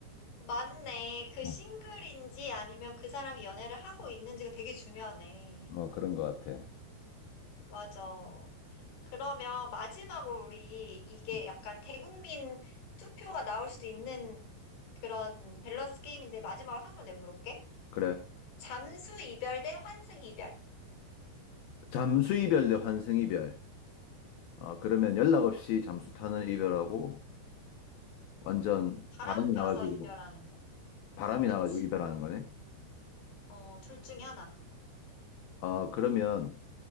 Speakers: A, on the left; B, on the left.
A: 맞네. 그 싱글인지
B: 응, 어,
A: 아니면 그 사람이 연애를 하고 있는지가 되게 중요하네.
B: 뭐 그런 것 같아.
A: 맞아. 그러면 마지막으로 우리 이게
B: 음,
A: 약간 대국민 투표가 나올 수도 있는 그런 밸런스 게임인데 마지막으로 하나만 내가 물어볼게.
B: 그래.
A: 잠수 이별 대 환승 이별.
B: 잠수 이별 대 환승 이별. 어, 그러면 연락 없이 잠수 타는 이별하고 완전
A: 바람
B: 바람이
A: 펴서
B: 나가지고,
A: 이별하는 거.
B: 바람이
A: 그치.
B: 나가지고 이별하는 거네.
A: 어, 둘 중에 하나.
B: 어, 그러면